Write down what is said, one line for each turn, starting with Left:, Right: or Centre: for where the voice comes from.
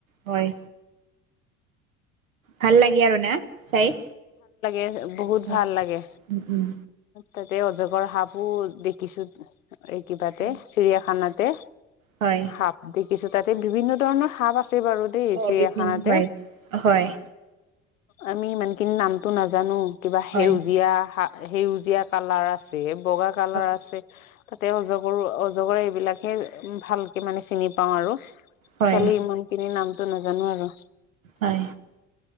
Right: হয়, ভাল লাগে আৰু না চাই।
Left: এ বহুত
Right: অ',
Left: ভাল লাগে
Right: উম, উম,
Left: তাতে অজগৰ সাপো দেখিছো। এই কিবাতে
Right: হয়।
Left: চিৰিয়াখানাতে
Right: হয়,
Left: সাপ দেখিছো তাত তে বিভিন্ন ধৰণৰ সাপ আছে বাৰু দেই
Right: অ',
Left: চিৰিয়াখানাতে।
Right: বিভিন্ন হয়, হয়,
Left: আমি ইমানখিনি নামটো নাজানো কিবা সেউজীয়া
Right: হয়,
Left: সেউজীয়া কালাৰ আছে, বগা কালাৰ
Right: হয়।
Left: আছে। তাতে অজগৰো অজগৰে এইবিলাকহে ভালকে মানে চিনি পাওঁ আৰু।
Right: হয়,
Left: খালি ইমানখিনিৰ নামটো নাজানো আৰু।
Right: হয়